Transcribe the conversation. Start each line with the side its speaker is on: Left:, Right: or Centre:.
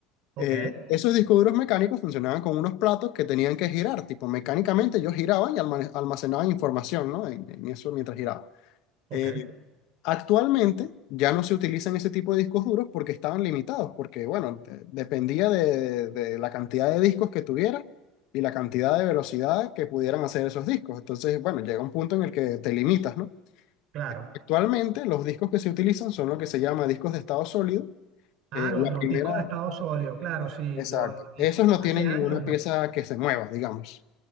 Right: Ok,
Left: Eh, esos discos duros mecánicos funcionaban con unos platos que tenían que girar, tipo, mecánicamente ellos giraban y almane- almacenaban información, ¿no? En, en eso mientras giraban.
Right: ok,
Left: Eh, Actualmente ya no se utilizan ese tipo de discos duros porque estaban limitados, porque bueno, de- dependía de, de la cantidad de discos que tuviera y la cantidad de velocidad que pudieran hacer esos discos. Entonces, bueno, llega un punto en el que te limitas, ¿no?
Right: claro.
Left: Actualmente los discos que se utilizan son lo que se llama discos de estado sólido.
Right: Ah,
Left: Eh,
Right: lo-
Left: la
Right: los
Left: primera,
Right: discos de estado sólido, claro, sí.
Left: exacto.
Right: Yo ah,
Left: Esos no
Right: hace
Left: tienen
Right: años,
Left: ninguna pieza que se mueva, digamos.